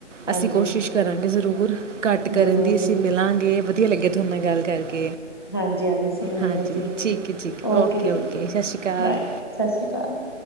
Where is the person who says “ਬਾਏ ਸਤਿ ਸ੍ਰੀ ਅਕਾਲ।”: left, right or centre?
Left